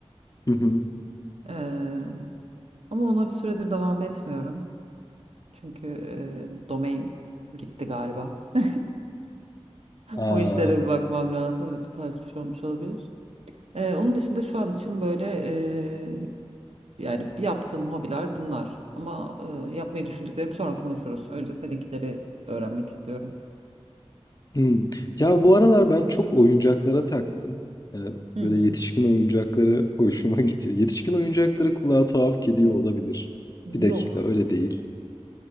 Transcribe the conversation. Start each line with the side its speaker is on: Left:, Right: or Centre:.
Left: Hı hı.
Right: Ee, ama ona bir süredir devam etmiyorum. Çünkü e, domain gitti galiba. <laughs>
Left: Aa,
Right: O işlere bir bakmam lazım. Evet, o tarz bir şey olmuş olabilir. E, onun dışında şu an için böyle e, yani yaptığım hobiler bunlar. Ama e, yapmayı düşündüklerimi sonra konuşuruz. Önce seninkileri öğrenmek istiyorum.
Left: hı. Ya bu aralar ben çok oyuncaklara taktım. Ee,
Right: Hı
Left: böyle
Right: hı.
Left: yetişkin oyuncakları <laughs> hoşuma gidiyor. Yetişkin oyuncakları kulağa tuhaf geliyor olabilir. Bir dakika
Right: Yok.
Left: öyle değil.